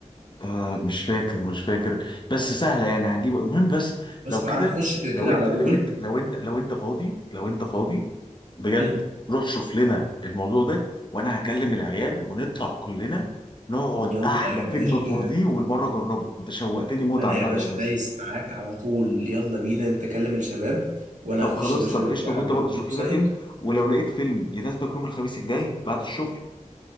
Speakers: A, on the left; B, on the right.
A: آه مش فاكر مش فاكر بس سهله يعني هنجيبه المهم بس
B: بس
A: لو
B: خلاص
A: كده
B: هنخش كده كده
A: لو انت
B: على
A: لو
B: جوجل
A: انت لو انت لو انت فاضي لو انت فاضي بجد
B: مم.
A: روح شوف لنا الموضوع ده وانا هكلم العيال ونطلع كلنا نقعد
B: يلا
A: احلى
B: يا
A: فيلم
B: باشا
A: 4 دي وبالمره جربه انت شوقتني موت
B: أنا
A: عامه
B: يا باشا
A: يا ناس
B: دايس معاك على طول يلا بينا أنت كلم الشباب وأنا
A: طب
B: هخش
A: خلاص
B: يا باشا
A: طب
B: دلوقتي
A: قشطه وانت
B: على
A: برضه
B: الويب
A: شوف
B: سايت
A: لنا فيلم ولو لقيت فيلم يناسبك يوم الخميس الجاي بعد الشغل